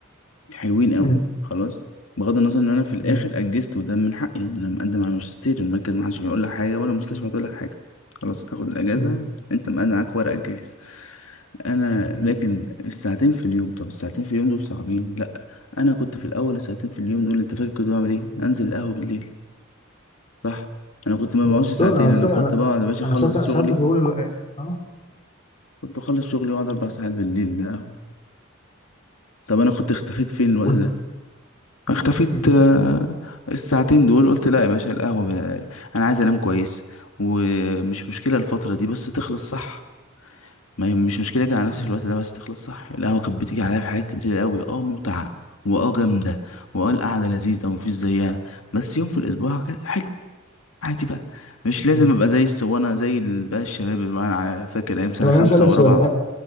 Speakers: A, on the left; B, on the left.
A: حلوين قوي
B: مم.
A: خلاص بغض النظر ان انا في الاخر
B: مم.
A: اجزت وده من حقي انا مقدم على الماجستير المركز ما حدش هيقول لك حاجه ولا المستشفى هتقول لك حاجه خلاص تاخد الاجازه
B: مم.
A: انت مقدم معاك ورقك جاهز انا
B: مم.
A: لكن الساعتين في اليوم طب الساعتين في اليوم دول صعبين لا انا كنت في الاول الساعتين في اليوم دول انت فاكر كنت بعمل ايه انزل القهوه بالليل صح انا كنت ما
B: انا
A: بقعدش
B: بستغرب
A: ساعتين
B: انا بستغرب
A: انا كنت
B: انا
A: بقعد يا باشا
B: انا
A: اخلص
B: ساعات
A: شغلي
B: ساعات كنت بقول الو- اه
A: كنت اخلص شغلي واقعد اربع ساعات بالليل القهوه طب انا كنت اختفيت فين الوقت
B: وانت
A: ده اختفيت
B: مم.
A: آه، الساعتين دول قلت لا يا باشا القهوة بلا... انا عايز انام كويس ومش مشكلة الفترة دي بس تخلص صح ما هي مش مشكلة اجي على نفسي
B: مم.
A: في الوقت ده بس تخلص صح القهوة كانت بتيجي عليا في حاجات كتير قوي اه متعة واه جامدة واه القعدة لذيذة ومفيش زيها بس يوم في الاسبوع كان حلو عادي بقى مش لازم
B: مم.
A: ابقى زي الصوانة زي ال- بقى الشباب اللي انا فاكر ايام سنة
B: طب انا
A: خمسة
B: عايز اسالك سؤال
A: ورابعة